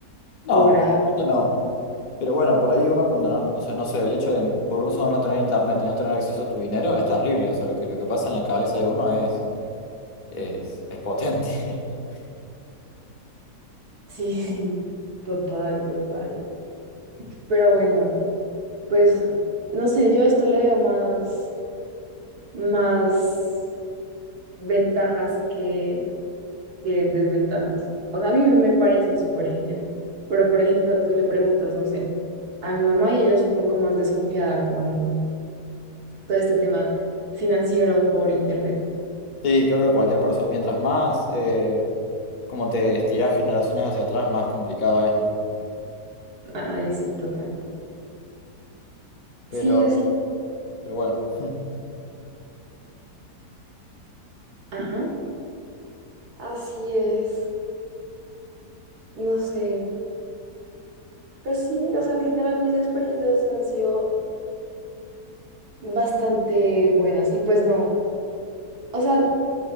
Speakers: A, on the left; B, on the right.
A: No,
B: o grave.
A: esto no. Pero bueno, por ahí uno cuando no, o sea, no sé, el hecho de por un solo no tener internet y no tener acceso a tu dinero es terrible, o sea, lo que, lo que pasa en la cabeza de uno es, es, es potente. <laughs>
B: Sí, <laughs> sí, total, total. Pero bueno, pues no sé, yo a esto le veo más, más ventajas que, que desventajas. O sea, a mí me parece súper genial. Pero, por ejemplo, tú le preguntas, no sé, a mi mamá y ella es un poco más desconfiada con todo este tema financiero por internet.
A: Sí, creo que cualquier persona, mientras más eh, como te estirás generaciones hacia atrás, más complicado es, ¿no?
B: Ay, sí, total.
A: Pero,
B: Sí, así,
A: pero bueno, <laughs>
B: Ajá. así es. No sé. Pues sí, o sea, en general mis experiencias han sido Bastante buenas. Y pues no. O sea,